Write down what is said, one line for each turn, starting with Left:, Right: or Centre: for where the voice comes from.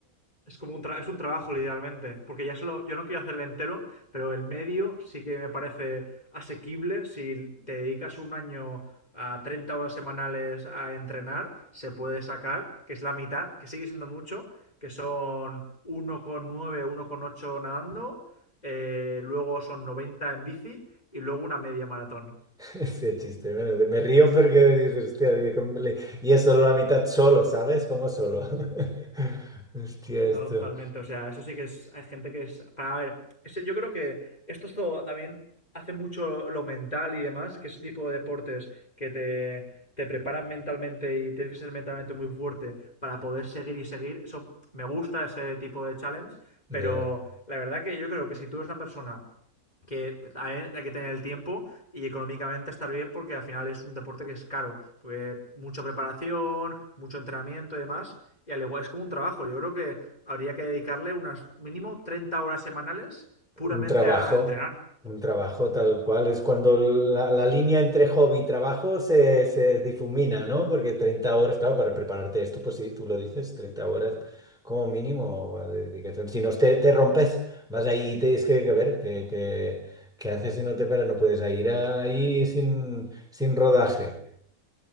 Left: es como un, tra es un trabajo, literalmente. Porque ya solo, yo no quiero hacerle entero, pero el medio sí que me parece asequible. Si te dedicas un año a 30 horas semanales a entrenar, se puede sacar, que es la mitad, que sigue siendo mucho, que son 1,9, ocho nadando, eh, luego son 90 en bici y luego una media maratón.
Centre: <laughs> sí, chiste, bueno, me río porque dices, hostia, dice, "Cómo le-". y es solo la mitad solo, ¿sabes? Como solo. <laughs> Hostia,
Left: No,
Centre: esto.
Left: no, totalmente. O sea, eso sí que es. Hay gente que es. Para a ver, ese- yo creo que esto es todo también hace mucho lo mental y demás, que ese tipo de deportes que te, te preparan mentalmente y tienes que ser mentalmente muy fuerte para poder seguir y seguir. Eso me gusta ese tipo de challenge,
Centre: Ya.
Left: pero la verdad que yo creo que si tú eres una persona que hay que tener el tiempo y económicamente estar bien porque al final es un deporte que es caro, porque mucha preparación, mucho entrenamiento y demás, y al igual es como un trabajo, yo creo que habría que dedicarle unas mínimo 30 horas semanales puramente
Centre: Un trabajo,
Left: a entrenar.
Centre: un trabajo tal cual. Es cuando la, la línea entre hobby y trabajo se, se difumina, ¿no? Porque 30 horas, claro, para prepararte esto, pues sí, tú lo dices, 30 horas como mínimo de dedicación. Si no, te, te rompes, vas ahí y tienes que, que ver qué, qué, qué haces si no te paras, no puedes ir ahí sin, sin rodaje.